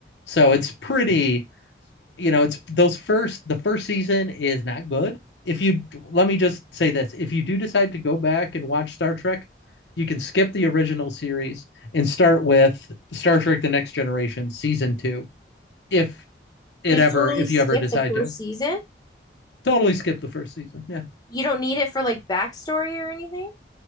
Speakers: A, on the left (about 80°); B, on the left (about 20°).
A: So it's Mm. pretty you know, it's those first the first season is not good. If you let me just say this, if you do decide to go back and watch Star Trek, you can skip the original series and start with Star Trek The Next Generation season 2 if it
B: Just
A: ever
B: totally
A: if
B: skip
A: you ever decide
B: the first
A: to.
B: season?
A: Totally skip the first season. Yeah.
B: You don't need it for like backstory or anything?